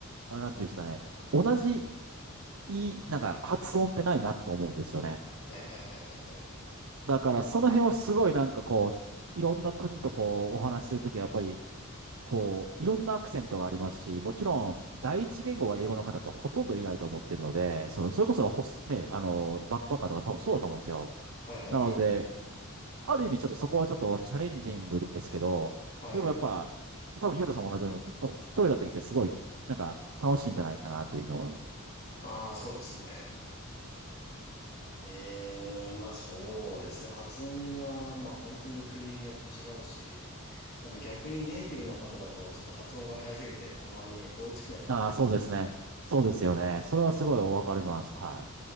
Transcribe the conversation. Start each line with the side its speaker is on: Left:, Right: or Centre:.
Right: あなんていうんですかね、同じ、いい、なんか発音ってないなと思うんですよね。
Left: はい、はい、はい、はい、はい。
Right: だからその辺をすごいなんかこう、いろんな国とこう、お話しするときはやっぱり、こう、いろんなアクセントがありますし、もちろん、第一言語が英語の方ってほとんどいないと思ってるので、その、それこそホス、ね、あの、バックパッカーとか多分そうだと思うんですよ。
Left: はい、はい、
Right: なので、
Left: はい。
Right: ある意味ちょっとそこはちょっとチャレンジングですけど、
Left: はい。
Right: でもやっぱ、多分ユータさんも同じだと思うんですけど、多分一人だときってすごい、なんか楽しいんじゃないかなっていうふうに思います。
Left: ああ、そうですね。ええまあそうですね。発音は、まあ本当に国によって違うし、まあでも逆にネイティブの方だと、ちょっと発音が早すぎて、たまに追いつけない時もありますけどね。
Right: ああ、そうですね。そうですよね。それはすごいわかります。は